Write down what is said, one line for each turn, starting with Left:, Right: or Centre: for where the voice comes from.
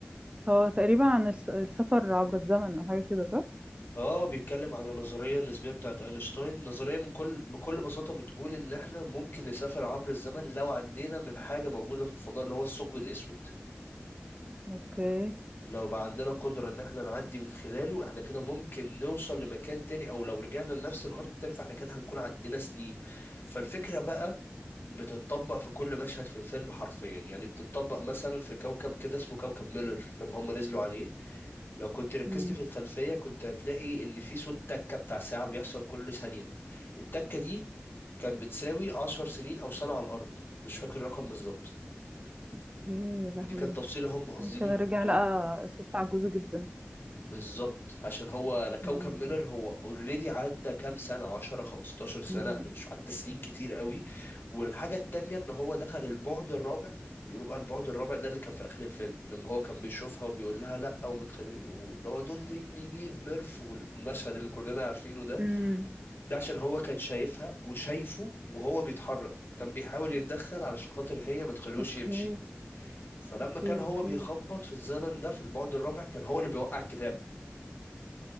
Right: هو تقريبا عن الس- السفر عبر الزمن او حاجة كده صح
Left: اه بيتكلم على النظرية النسبية بتاعت اينشتاين نظرية من كل بكل بساطة بتقول ان احنا ممكن نسافر عبر الزمن لو عدينا من حاجة موجودة في الفضاء اللي هو الثقب الاسود
Right: اوكي
Left: لو بقى عندنا قدرة ان احنا نعدي من خلاله احنا كده ممكن نوصل لمكان تاني او لو رجعنا لنفس الارض تاني فاحنا كده هنكون عدينا سنين فالفكرة بقى بتتطبق في كل مشهد في الفيلم حرفيا يعني بتتطبق مثلا في كوكب كده اسمه كوكب ميلر لما هم نزلوا عليه لو كنت ركزت
Right: مم.
Left: في الخلفية كنت هتلاقي اللي فيه صوت تكة بتاع ساعة بيحصل كل ثانية التكة دي كانت بتساوي عشر سنين أو سنة على الأرض مش فاكر الرقم بالظبط
Right: اوكي يا لهوي
Left: ودي كانت تفصيلة هم قاصدين
Right: يمكن
Left: يحطوها
Right: رجع لقى الست عجوزة جدا
Left: بالظبط عشان هو انا كوكب
Right: مم.
Left: ميلر هو اوريدي عدى كام سنه 10 15 سنه
Right: مم.
Left: انا مش عدى سنين كتير قوي والحاجه التانية ان هو دخل البعد الرابع بيقولوا بقى البعد الرابع ده اللي كان في اخر الفيلم لما هو كان بيشوفها وبيقول لها لا وما تخليني واللي هو دون ليت مي ليف ميرف والمشهد اللي كلنا عارفينه ده
Right: مم.
Left: ده عشان هو كان شايفها وشايفه وهو بيتحرك كان بيحاول يتدخل علشان خاطر هي ما تخليهوش
Right: اوكي
Left: يمشي فلما
Right: اوكي
Left: كان هو
Right: اوكي
Left: بيخبط في الزمن ده في البعد الرابع كان هو اللي بيوقع الكتاب